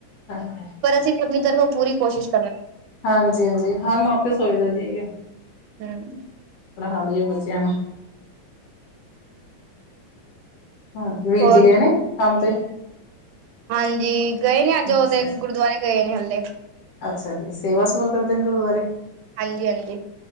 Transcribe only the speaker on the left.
ਹਾਂਜੀ
ਹਾਂਜੀ-ਹਾਂਜੀ। ਹਰ ਮਾਂਪੇ ਸੋਚਦਾ ਜੀ।
ਪੜ੍ਹਾ ਲਈਏ ਬੱਚਿਆਂ ਨੂੰ। ਹਾਂ, ਵੀਰ
ਜੀ ਗਏ ਨੇ ਕੰਮ ਤੇ?
ਅੱਛਾ
ਅੱਛਾ ਜੀ। ਸੇਵਾ ਸੂਵਾ ਕਰਦੇ ਨੇ ਗੁਰਦੁਆਰੇ?